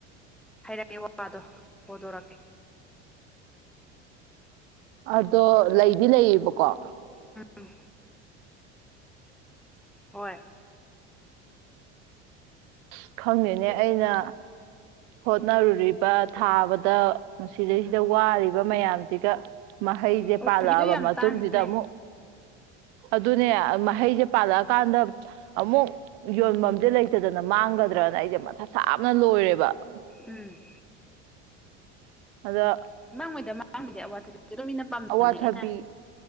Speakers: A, in the centre; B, on the right.
A: ꯔꯛꯀꯦ ꯋꯥꯗꯣ ꯍꯧꯗꯣꯔꯛꯀꯦ ꯫
B: ꯑꯗꯣ ꯂꯩꯗꯤ ꯂꯩꯌꯦꯕꯀꯣ ꯫
A: ꯎꯝ꯫ ꯍꯣꯏ
B: ꯑꯁ ꯈꯪꯗꯦꯅꯦ ꯑꯩꯅ ꯍꯣꯠꯅꯔꯨꯔꯤꯕ ꯊꯥꯕꯗ ꯃꯁꯤꯗꯩꯁꯤꯗ ꯋꯥꯔꯤꯕ ꯃꯌꯥꯝꯁꯤꯒ ꯃꯍꯩꯖ‌ꯦ
A: ꯑꯋꯥꯊꯕꯤꯗꯣ
B: ꯄꯥꯜꯂꯛꯑꯕ
A: ꯌꯥꯝ
B: ꯃꯇꯨꯡꯁꯤꯗ
A: ꯇꯥꯡꯕꯅꯦ
B: ꯑꯃꯨꯛ ꯑꯗꯨꯅꯦ ꯃꯍꯩꯖ‌ꯦ ꯄꯥꯜꯂꯛꯑꯀꯥꯟꯗ ꯑꯃꯨꯛ ꯌꯣꯟꯐꯝꯁꯦ ꯂꯩꯇꯗꯅ ꯃꯥꯡꯒꯗ꯭ꯔꯅ ꯑꯩꯁꯦ ꯃꯊꯥ ꯁꯥꯥꯕꯅ ꯂꯣꯏꯔꯦꯕ ꯫
A: ꯎꯝ꯫
B: ꯑꯗ‌ꯣ
A: ꯃꯥꯡꯉꯣꯏꯗ ꯃꯥꯡꯕꯨꯗꯤ ꯑꯋꯥꯄꯗꯨꯗꯤ ꯗꯨ ꯃꯤꯅ ꯄꯥꯝꯅꯕꯅꯦ
B: ꯑꯋꯥꯊꯕꯤ
A: ꯑꯩꯅ